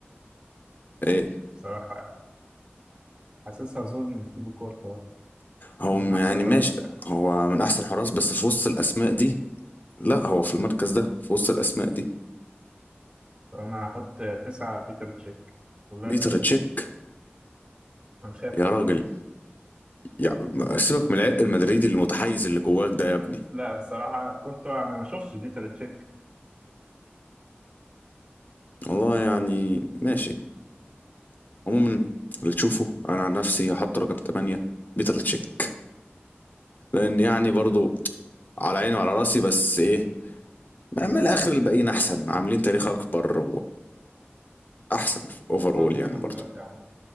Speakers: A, on the left; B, on the right.
A: ايه
B: بصراحة يعني حاسسها ظلم لتيبو كورتا
A: هو
B: من
A: م-
B: أحسن
A: يعني
B: الحراس
A: ماشي
B: يعني
A: هو من احسن الحراس بس في وسط الاسماء دي لا هو في المركز ده في وسط الاسماء دي
B: فأنا هحط تسعة بيتر تشيك واللي
A: بيتر
B: يحصل
A: تشيك
B: يحصل هنخاف
A: يا راجل
B: ولا إيه؟
A: يعني سيبك من العرق المدريدي المتحيز اللي جواك ده يا ابني
B: لا بصراحة كورتوا أنا ما شفتش بيتر تشيك
A: والله يعني ماشي عموما اللي تشوفه انا عن نفسي هحط رقم 8 بيتر تشيك لان يعني برضو على عيني وعلى راسي بس ايه من الاخر الباقيين احسن عاملين تاريخ اكبر واحسن اوفر
B: أنا
A: اول
B: هصدمك
A: يعني برضو
B: دلوقتي يا عم